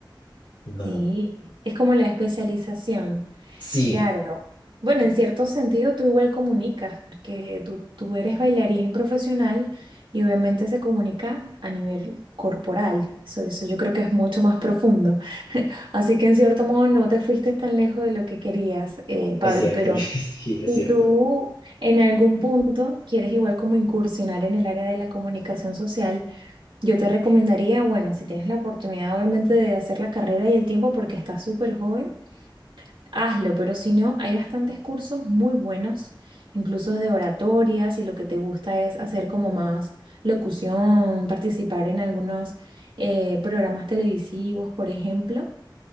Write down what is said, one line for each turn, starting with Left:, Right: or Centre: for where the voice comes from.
Left: No,
Right: Sí, es como la especialización.
Left: sí,
Right: Claro. Bueno, en cierto sentido tú igual comunicas, porque tú, tú eres bailarín profesional y obviamente se comunica a nivel corporal. Eso, eso yo creo que es mucho más profundo. Así que en cierto modo no te fuiste tan lejos de lo que querías, eh, Pablo,
Left: es cierto,
Right: pero
Left: <laughs> sí, es
Right: si
Left: cierto.
Right: tú en algún punto quieres igual como incursionar en el área de la comunicación social, yo te recomendaría, bueno, si tienes la oportunidad obviamente de hacer la carrera y el tiempo porque estás súper joven, hazlo, pero si no, hay bastantes cursos muy buenos, incluso de oratoria, si lo que te gusta es hacer como más locución, participar en algunos eh, programas televisivos, por ejemplo.